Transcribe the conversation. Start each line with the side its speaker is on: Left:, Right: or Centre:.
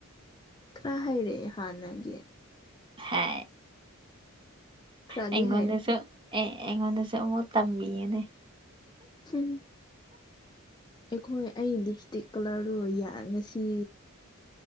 Left: ꯈꯔ ꯍꯩꯔꯛꯑꯦ ꯍꯥꯟꯅꯒꯤ
Right: ꯍꯦ
Left: ꯈꯔꯗꯤ
Right: ꯑꯩꯉꯣꯟꯗꯁꯨ
Left: ꯍꯩꯔꯦ
Right: ꯑꯦ ꯑꯩꯉꯣꯟꯗꯁꯨ ꯑꯃꯨꯛ ꯇꯝꯕꯤꯌꯣꯅꯦ
Left: ꯍꯨꯝ ꯑꯩꯈꯣꯏ ꯑꯩ ꯂꯤꯞꯁꯇꯤꯛ ꯀꯂꯔꯗꯣ ꯌꯥ ꯉꯁꯤ